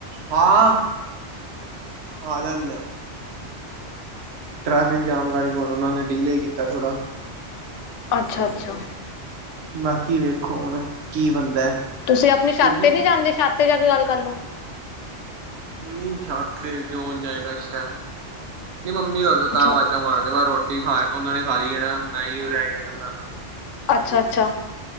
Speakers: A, on the right; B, on the left.
A: ਹਾਂ, ਆਜੋ ਆ ਜਾਣੇ ਆ। ਟ੍ਰੈਫਿਕ ਜਾਮ ਕਰਕੇ ਹੁਣ ਓਨਾਂ ਨੇ ਡੀਲੇ ਕੀਤਾ ਥੋੜ੍ਹਾ
B: ਅੱਛਾ-ਅੱਛਾ।
A: ਬਾਕੀ ਵੇਖੋ ਹੁਣ ਕੀ ਬਣਦਾ
B: ਤੁਸੀਂ ਆਪਣੀ ਛੱਤ
A: ਕਿਉਂਕਿ
B: ਤੇ ਨੀ ਜਾਂਦੇ। ਛੱਤ ਤੇ ਜਾ ਕੇ ਗੱਲ ਕਰਲੋ
A: ਨਈ ਛੱਤ ਤੇ ਕਿਉਂ ਜਾਏਗਾ ਇਸ ਟੈਮ। ਨਈ ਮੰਮੀ ਔਰ ਤਾਂ
B: ਅੱਛਾ
A: ਆਵਾਜ਼ਾਂ ਮਾਰਦੇ ਪੇ ਰੋਟੀ ਖਾ ਓਨਾ ਨੇ ਖਾ ਲੀ ਏ ਨਾ ਮੈਂ ਇਓ ਰੈ ਗਯਾ ਕੱਲਾ
B: ਅੱਛਾ-ਅੱਛਾ।